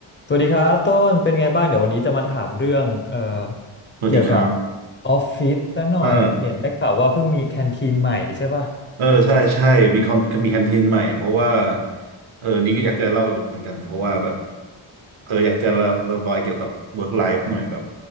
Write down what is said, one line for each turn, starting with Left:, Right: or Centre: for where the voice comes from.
Left: สวัสดีครับต้นเป็นไงบ้างเดี๋ยววันนี้จะมาถามเรื่องเอ่อ
Right: สวัสดีครับ
Left: เกี่ยวกับออฟฟิศซะหน่อยเห็นได้ข่าวว่าเพิ่งมีแคนทีนใหม่ใช่ป่ะ
Right: เออเออใช่ใช่มีคอนมีแคนทีนใหม่เพราะว่าเออนี่ก็อยากจะเล่าอยู่เหมือนกันเพราะว่าแบบเอออยากจะระระบายเกี่ยวกับ work life หน่อยแบบ